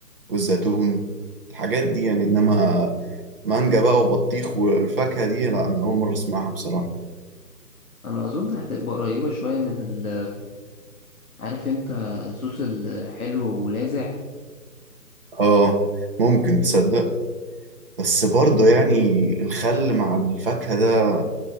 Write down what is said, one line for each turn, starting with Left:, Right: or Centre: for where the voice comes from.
Right: والزيتون الحاجات دي يعني انما مانجا بقى وبطيخ والفاكهة دي لا انا اول مرة اسمعها بصراحة
Left: أنا أظن هتبقى قريبة شوية من ال... عارف أنت صوص الحلو ولاذع
Right: اه ممكن تصدق بس برضه يعني الخل مع الفاكهة ده